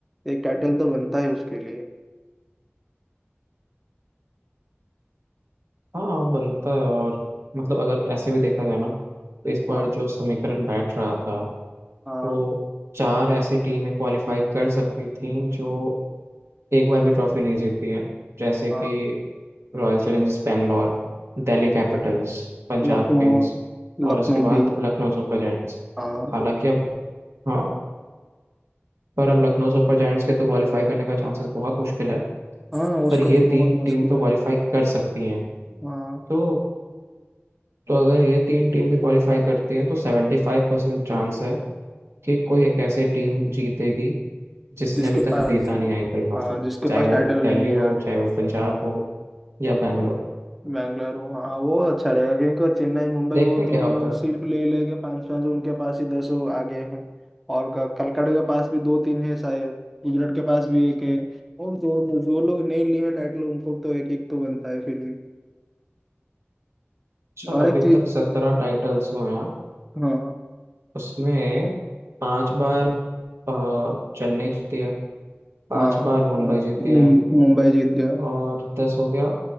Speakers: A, in the centre; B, on the right.
A: एक टाइटल तो बनता है उसके लिए
B: हाँ बनता है और मतलब अगर ऐसे भी देखा जाए ना तो इस बार
A: हाँ
B: जो समीकरण बैठ रहा था
A: हाँ
B: तो चार ऐसी टीमें क्वालिफाई कर सकती थी जो एक बार भी ट्रॉफी नहीं जीती हैं जैसे कि
A: हाँ
B: Royal Challengers Bangalore Delhi Capitals Punjab
A: लखनऊ
B: Kings और
A: लखनऊ
B: उसके बाद
A: भी
B: लखनऊ सुपर जायंट्स
A: हाँ
B: हालांकि अब हाँ पर अब लखनऊ सुपर जायंट्स के तो क्वालिफाई करने का चांसेस बहुत मुश्किल है
A: हाँ उसका
B: पर ये
A: तो बहुत
B: तीन
A: मुश्किल
B: टीम तो क्वालिफाई
A: है
B: कर सकती हैं
A: हाँ
B: तो तो अगर ये तीन टीम भी क्वालिफाई करती हैं तो सेवेंटी फाइव परसेंट चांस है कि कोई एक ऐसी टीम जीतेगी जिसने
A: जिसके
B: अभी तक
A: पास
B: जीता नहीं आईपीएल ट्रॉफी
A: हाँ जिसके
B: चाहे
A: पास टाइटल
B: वो दिल्ली
A: नहीं है
B: हो
A: अभी
B: चाहे वो पंजाब हो या बैंगलोर
A: बैंगलोर हाँ वो अच्छा रहेगा क्योंकि वो चेन्नई मुंबई
B: देखते
A: वो
B: हैं
A: दोनों
B: क्या होता है
A: सिर्फ ले लेके पाँच पाँच उनके पास ही दस वो आगे हैं और क- कलकत्ता के पास भी दो तीन है शायद गुजरात के पास भी एक है और जो जो जो लोग नहीं लिए हैं टाइटल उनको तो एक एक तो बनता है फिर भी
B: अच्छा
A: और
B: अभी
A: एक चीज
B: तक सत्रह टाइटल्स हुए हैं
A: हाँ
B: उसमें पांच बार अ, चेन्नई जीती है पांच
A: हाँ
B: बार मुंबई जीती
A: मुं-
B: है
A: मुंबई जीत गया
B: और दस हो गया